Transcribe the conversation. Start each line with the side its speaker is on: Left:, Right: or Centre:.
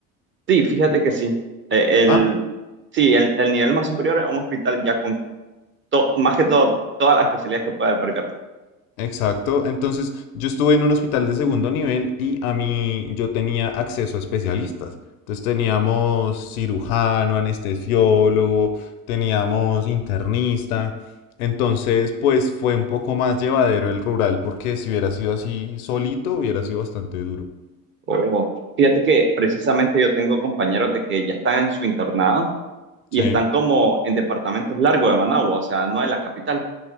Right: Sí, fíjate que sí. Eh, El,
Left: Ah,
Right: Sí, el, el nivel más superior es un hospital ya con to- más que todo, todas las especialidades que puede albergar.
Left: Exacto. Entonces, yo estuve en un hospital de segundo nivel y a mí yo tenía acceso a especialistas. Entonces teníamos cirujano, anestesiólogo, teníamos internista. Entonces, pues fue un poco más llevadero el rural, porque si hubiera sido así solito, hubiera sido bastante duro.
Right: O, fíjate que precisamente yo tengo compañeros de que ya están en su internado y
Left: Sí,
Right: están como en departamentos largos de Managua, o sea, no en la capital.